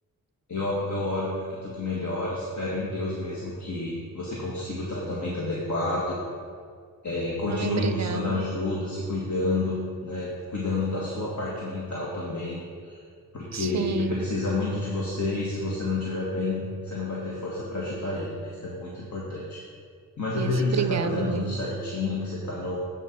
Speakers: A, on the left; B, on the right.
A: Eu, eu oro para que tudo melhore, espero em Deus mesmo que você consiga o tratamento adequado, é, continue
B: Ai, obrigada.
A: buscando ajuda, se cuidando, né, cuidando da sua parte mental também, porque
B: Sim,
A: ele precisa muito de você e se você não estiver bem, você não vai ter força para ajudar ele, né? Isso é muito importante. Mas
B: isso,
A: eu vejo que
B: obrigada,
A: você está fazendo
B: amigo.
A: tudo certinho, que você está